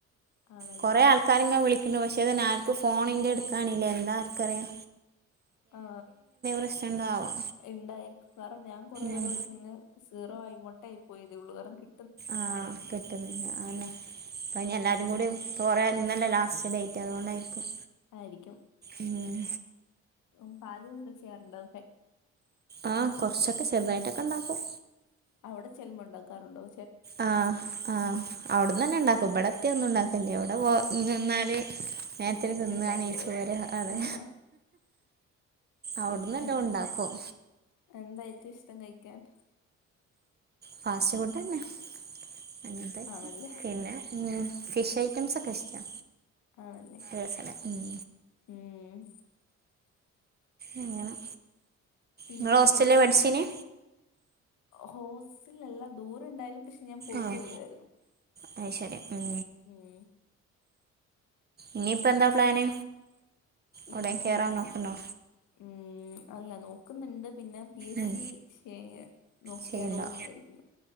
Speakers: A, on the left (about 85°); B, on the right (about 35°).
A: ആണല്ലേ
B: കുറെ ആൾ. ആക്കാരിങ്ങനെ വിളിക്ക്ണ്ട് പക്ഷേ ആര്ക്കും ഫോണിന്റെ എടുക്കാണില്ലാ എന്താ ആർക്കറിയാ.
A: ആ
B: പ്രശ്നമുണ്ടോ ആവോ
A: ഇണ്ടായിരിക്കും കാരണം ഞാൻ കൊറെേ പേരെ
B: ഉം
A: വിളിച്ചു പിന്നെ. സീറോ ആയി മൊട്ടായി പോയതേ ഉള്ളൂ കാരണം കി
B: ആഹ് കിട്ടുന്നില്ല അയന്നെ അപ്പഞ്ഞി എല്ലാരും
A: ഉം
B: കൂടി. പ്പ കൊറേ ഇന്നല്ലേ ലാസ്റ്റ് ഡേറ്റ് അതുകൊണ്ടായിരിക്കും.
A: ആയിരിക്കും
B: ഉം
A: ഉം പാല് ക്കെ ചെയ്യാറുണ്ടോ.
B: ആ കൊറച്ചൊക്കെ ചെറുതായിട്ടൊക്കെണ്ടാക്കും.
A: അവിടെ ചെല്ലുമ്പോ ഇണ്ടാക്കാറുണ്ടോ.
B: ആഹ്. ആഹ് അവിട്ന്നന്നെണ്ടാക്കും ഇവിടെത്തിയ ഒന്നും ഇണ്ടാക്കല്ല്യ ഇവിടെ നിന്നാല്. നേരത്തിന്
A: ഉമ്മയൊക്കെ
B: തിന്നാ
A: ഉണ്ടായോണ്ട്
B: നീച്പോര അതെ.
A: ആഹ്
B: അവുട്ന്ന് എല്ലോ
A: എ
B: ഉണ്ടാക്കും.
A: എന്താ ഏറ്റോം ഇഷ്ടം കഴിക്കാൻ?
B: ഫാസ്റ്റ് ഫുഡന്നെ അങ്ങനെതൊക്കെ
A: ആണല്ലേ
B: പിന്നെ. ഉം ഫിഷ് ഐറ്റംസൊക്കെ ഇഷ്ടാ.
A: ആണല്ലേ
B: രസമാണ് ഉം
A: ഉം.
B: അങ്ങനെ
A: പിന്നെ
B: ഇങ്ങള് ഹോസ്റ്റലിലാ പഠിച്ചീനി
A: ഹോസ്സിലിലല്ല ദൂരം ഇണ്ടായാലും പക്ഷെ ഞാൻ പോയിട്ട്
B: ആഹ്
A: വരുആയിരുന്നു.
B: അത് ശരി ഉം
A: ഉം
B: ഇനി ഇപ്പോ എന്താ പ്ലാന്
A: ഇനിയിപ്പോ
B: എവിടേം കേറാൻ
A: ഞാൻ പി
B: നോക്ക്ണ്ടൊ
A: ഉം അല്ല നോക്കുന്നുണ്ട് പിന്നെ. പി എസ്
B: ഉം
A: സി ഷേയർ നോക്കിയാലോന്ന്
B: ചെയ്യണ്ടോ
A: വിചാരിക്കുന്നു.